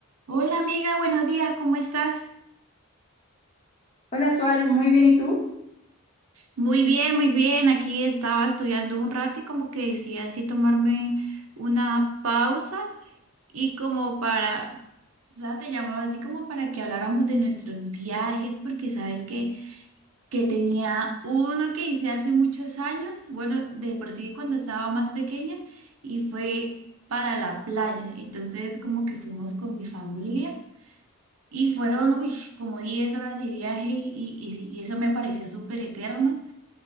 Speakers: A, on the right; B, on the left.
A: Hola amiga, buenos días, ¿cómo estás?
B: Hola, Suar, muy bien, ¿y tú?
A: Muy bien, muy bien. Aquí estaba estudiando un rato y como que decía así tomarme una pausa y como para, o sea, te llamaba así como para que habláramos de nuestros viajes, porque sabes que, que tenía uno que hice hace muchos años, bueno, de por sí cuando estaba más pequeña y fue para la playa. Entonces como que fuimos con mi familia. Y fueron, uy, como 10 horas de viaje y, y- y eso me pareció súper eterno,